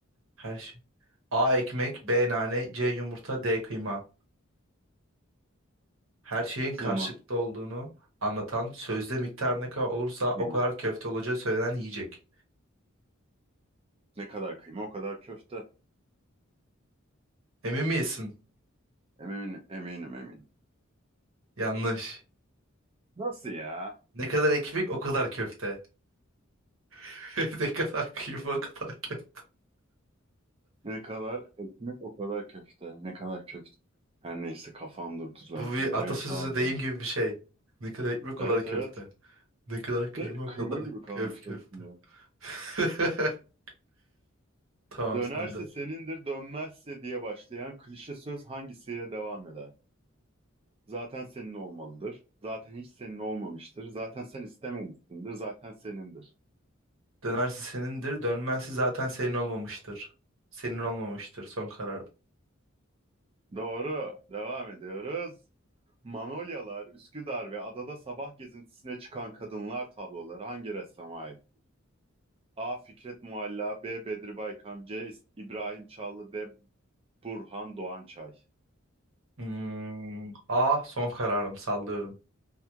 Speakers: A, on the right; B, on the right.
A: Her şey. A ekmek, B nane, C yumurta, D kıyma. Her şeyin karşılıklı
B: Kıyma.
A: olduğunu anlatan, sözde miktarı ne kadar olursa o
B: Kıyma.
A: kadar köfte olacağı söylenen yiyecek.
B: Ne kadar kıyma o kadar köfte.
A: Emin misin?
B: Eminim, eminim, eminim.
A: Yanlış.
B: Nasıl ya?
A: Ne kadar ekmek o kadar köfte. <laughs> Ne kadar kıyma o kadar köfte.
B: Ne kadar ekmek o kadar köfte. Ne kadar köfte. Her neyse kafam durdu zaten.
A: Bu bir
B: Te-
A: atasözü
B: tamam.
A: deyim
B: lan.
A: gibi bir şey. Ne kadar ekmek
B: Evet
A: o kadar köfte.
B: evet.
A: Ne kadar kıyma
B: De
A: o
B: kıyma
A: kadar
B: gibi kalmış
A: öf köfte.
B: aklımda.
A: <laughs> Tamam
B: Dönerse
A: sen de.
B: senindir, dönmezse diye başlayan klişe söz hangisiyle devam eder? Zaten senin olmalıdır. Zaten hiç senin olmamıştır. Zaten sen istememişsindir. Zaten senindir.
A: Dönersi senindir, dönmezsi zaten senin olmamıştır. Senin olmamıştır son karar.
B: Doğru. Devam ediyoruz. Manolyalar, Üsküdar ve adada sabah gezintisine çıkan kadınlar tabloları hangi ressama ait? A. Fikret Mualla B. Bedri Baykam C. İbrahim Çallı D. Burhan Doğançay
A: Hmm, A son kararım sallıyorum.